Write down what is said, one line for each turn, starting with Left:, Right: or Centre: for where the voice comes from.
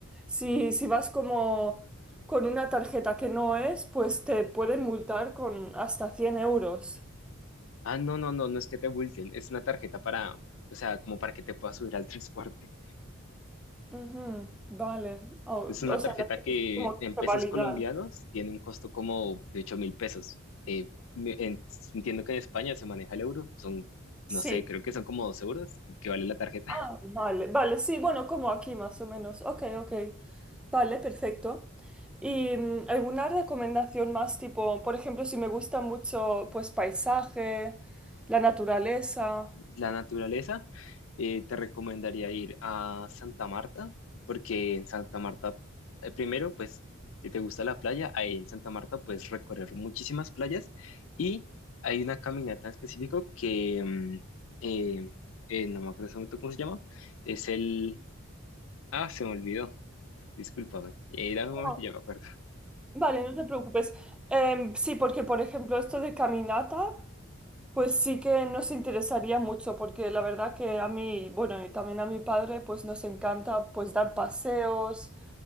Centre: si, si vas como con una tarjeta que no es, pues te pueden multar con hasta cien euros.
Left: Ah, no, no, no, no es que te multen, es una tarjeta para, o sea, como para que te puedas subir al <laughs> transporte.
Centre: Ujú, vale. O
Left: Es una
Centre: o sea,
Left: tarjeta que
Centre: es como
Left: en pesos
Centre: que validar.
Left: colombianos tiene un costo como de ocho mil pesos. Eh, me- en- entiendo que en España se maneja el euro, son,
Centre: Sí.
Left: no sé, creo que son como 2 euros que vale la tarjeta.
Centre: Ah,
Left: <laughs>
Centre: vale, vale, sí, bueno, como aquí más o menos. Ok, ok. Vale, perfecto. ¿Y mm, alguna recomendación más tipo, por ejemplo, si me gusta mucho, pues paisaje, la naturaleza?
Left: La naturaleza. eh, te recomendaría ir a Santa Marta, porque en Santa Marta, eh, primero, pues, si te gusta la playa, ahí en Santa Marta puedes recorrer muchísimas playas y hay una caminata en específico que, mm, eh, eh, no me acuerdo en este momento cómo se llama, es el... Ah, se me olvidó, discúlpame, eh, dame
Centre: No,
Left: un momento, y ya me acuerdo.
Centre: Vale, no te preocupes. Em, sí, porque por ejemplo, esto de caminata. Pues sí que nos interesaría mucho porque la verdad que a mí, bueno, y también a mi padre, pues nos encanta pues dar paseos.